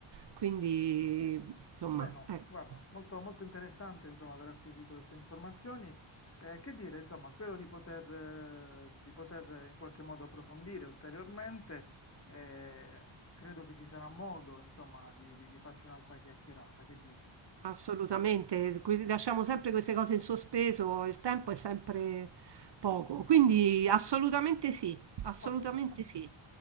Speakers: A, on the right (about 55°); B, on the left (about 30°).
A: Quindi, insomma,
B: Bueno,
A: ecco.
B: guarda, molto, molto interessante insomma aver acquisito queste informazioni. Eh, che dire, insomma, spero di poter, eh, di poter eh, in qualche modo approfondire ulteriormente. eh, credo che ci sarà modo, insomma, di di- di farci un'altra chiacchierata. Che dici?
A: Assolutamente, que- lasciamo sempre queste cose in sospeso, il tempo è sempre poco, quindi assolutamente sì, assolutamente
B: Ottimo,
A: sì.